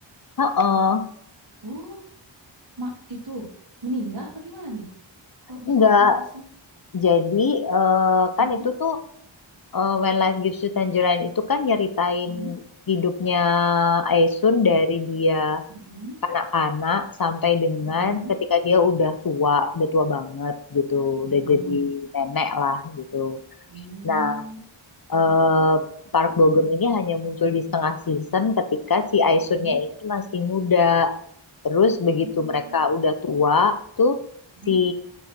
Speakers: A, on the left; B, on the right.
A: Heeh.
B: Oh, mak itu meninggal apa gimana nih? Kok bisa
A: Enggak,
B: setengah season?
A: jadi eh, kan
B: mm
A: itu tuh eh, When Life Gives You Tangerine itu kan nyeritain
B: Mm-mm,
A: hidupnya Aisun dari dia
B: mm-mm,
A: kanak-kanak sampai dengan
B: mm-mm,
A: ketika dia udah tua, udah tua banget gitu,
B: mm-mm,
A: udah jadi nenek lah gitu.
B: mm,
A: Nah, eh, Park Bo Gum ini hanya muncul di setengah season ketika si Aisunnya
B: mm-mm,
A: ini masih muda. Terus
B: Oh,
A: begitu mereka udah tua tuh
B: mm,
A: si